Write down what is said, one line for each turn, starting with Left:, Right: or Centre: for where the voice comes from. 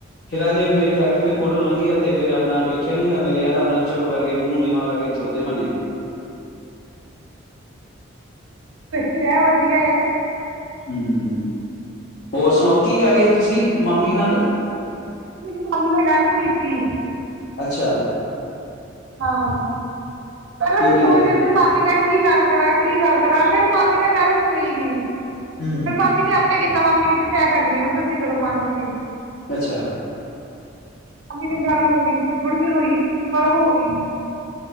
Left: ਫੇਰ ਅੱਜ ਮੇਰੀ ਫੈਕਟਰੀ ਦੇ
Right: ਹਾਂ,
Left: ਕੋਲੋਂ ਲੰਘੇ ਆ ਤੇ ਫੇਰ ਨਾ ਵੇਖਿਆ ਨੀ ਗਾ ਮੇਰੇ ਅਲ ਆਪਣਾ ਚੁੱਪ ਕਰਕੇ ਮੂੰਹ ਨੀਵਾਂ ਕਰਕੇ ਤੁਰਦੇ ਬਣੇ।
Right: ਵਧੀਆ-ਵਧੀਆ ਏ,
Left: ਹੂੰ, ਹੋਰ ਸੁਣਾਓ ਕੀ ਕਹਿ ਰਹੇ ਸੀ ਤੁਸੀਂ ਮਾਮੀ ਨਾਲ
Right: ਮੇਰੀ ਮਾਮੀ ਨਾਲ ਗੱਲ ਹੋਈ ਸੀ।
Left: ਅੱਛਾ
Right: ਹਾਂ ਪਹਿਲਾਂ
Left: ਕੀ
Right: ਵੀੈਂ
Left: ਕਹਿੰਦੇ
Right: ਸੋਚਦੀ ਸੀ ਮਾਮੀ ਨਾਲ ਕੀ ਗੱਲ ਕਰਾਂ ਕੀ ਗੱਲ ਕਰਾਂ ਫੇਰ ਮਾਮੀ ਨਾਲ ਗੱਲ ਹੋਈਗੀ
Left: ਹੂੰ
Right: ਫਿਰ ਮਾਮੀ ਨੇ ਆਪੇ ਕੀਤਾ ਤਾਂ ਮਾਮੀ ਕਹਿੰਦੀ ਮੈਂ ਕਰਨੀ ਆ ਮੈਂ ਤੁਸੀਂ ਕਰੋ ਮਾਮੀ ਜੀ
Left: ਅੱਛਾ
Right: ਮਾਮੀ ਨਾਲ ਗੱਲ ਹੋ ਗਈ ਸੀ ਥੋੜੀ ਦੇਰ ਹੋਈ ਪਰ ਹੋਈ ਗਈ ਸੀ